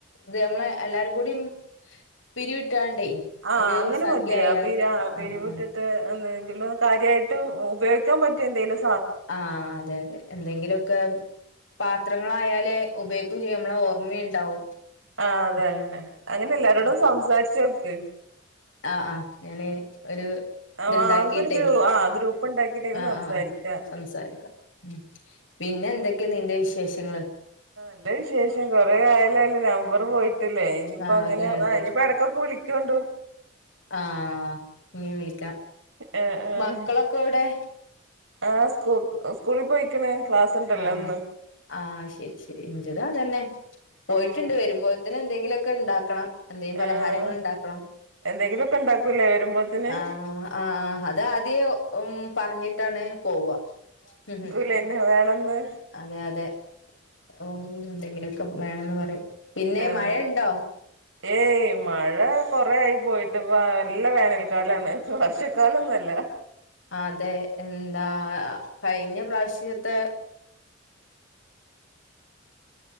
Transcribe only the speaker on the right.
ആഹ്
ആഹ് അങ്ങനെ
മതിയാ
പി
പിെരിവ്ട്ട്
ത് എന്തെങ്കിലും കാര്യായിട്ട് ഉപയോഗിക്കാൻ പറ്റ്യ എന്തേലും
ആതെന്നെ അങ്ങനെ എല്ലാരോടും സംസാരിച്ചോക്ക്
ആഹ്
നമുക്കൊരു ഗ്രൂ ആഹ് ഗ്രൂപ്പ് ഉണ്ടാക്കിട്ട് അയില്
സംസാരിക്കാ
ന്റെ വിശേഷം കൊറേയായല്ലോ അന്റെ നമ്പർ പോയി ട്ടില്ലേ ഇനിയിപ്പ
അങ്ങനെ
ഇനിയിപ്പ ഇടക്കൊക്കെ വിളിക്കണ്ടോ
ആഹ് ആഹ്
ആഹ് സ്കൂ സ്കൂളിൽ പോയിക്കണ ക്ലാസ് ഉണ്ടല്ലോ
ഇന്ന്
ആഹ്
ആഹ്
എന്തെങ്കിലുമൊക്കെ ഉണ്ടാക്കൂലേ വരുമ്പോത്തിന്
ല്ലന്നെ വേണന്ന്
ആഹ്
ഏയ് മഴ കൊറെ ആയി പോയിട്ട്പ്പ നല്ല വേനൽക്കാലാണ് വർഷക്കാലൊന്നുല്ല